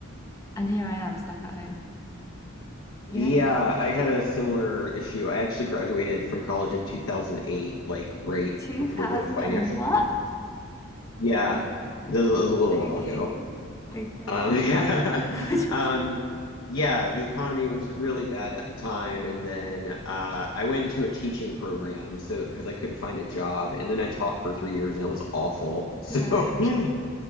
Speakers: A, on the left; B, on the left.
A: and here I am stuck at home, you
B: Yeah,
A: know?
B: I had a similar issue. I actually graduated from college in 2008, like right
A: 2000
B: before the financial.
A: and what?
B: Yeah, this was a little
A: Okay.
B: while ago.
A: Okay.
B: Um, <laughs> yeah.
A: <laughs>
B: Um, yeah, the economy was really bad at the time, and then uh, I went into a teaching program so because I couldn't find a job, and then I taught for three years, and it was awful. So
A: right.
B: <laughs>